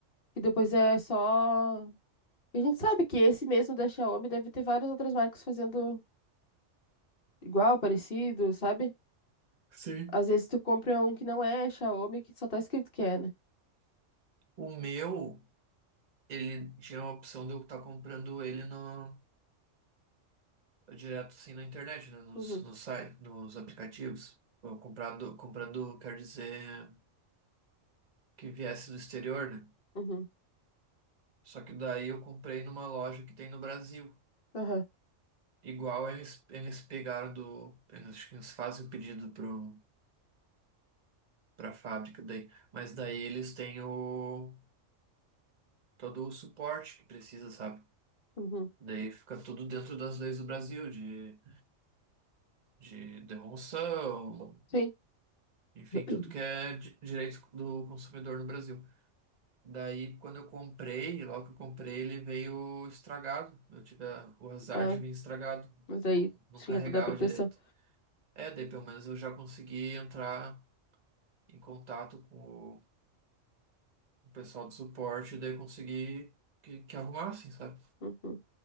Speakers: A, on the left; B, on the right.
A: que depois é só. E A gente sabe que esse mesmo da Xiaomi deve ter várias outras marcas fazendo igual, parecido, sabe?
B: Sim.
A: Às vezes tu compra um que não é Xiaomi, que só tá escrito que é, né?
B: O meu. ele tinha a opção de eu estar comprando ele no, direto assim na internet, né? Nos,
A: Uhum,
B: nos sites, nos aplicativos. Eu comprado, comprando, quer dizer, que viesse do exterior, né?
A: uhum,
B: Só que daí eu comprei numa loja que tem no Brasil.
A: aham,
B: Igual eles, eles pegaram do. Eles, acho que eles fazem o pedido pro, pra fábrica daí. Mas daí eles têm o, todo o suporte que precisa, sabe?
A: uhum,
B: Daí fica tudo dentro das leis do Brasil, de, de devolução,
A: sim.
B: enfim,
A: <clears throat>
B: tudo que é di- direito do consumidor no Brasil. Daí, quando eu comprei, logo que eu comprei, ele veio estragado. Eu tive a- o azar
A: Ah.
B: de vir estragado.
A: Mas
B: Eu
A: aí
B: não, não
A: tinha
B: carregava
A: toda a proteção.
B: direito. É, daí pelo menos eu já consegui entrar em contato com o, o pessoal do suporte, daí eu consegui que, que arrumassem, sabe?
A: Uhum,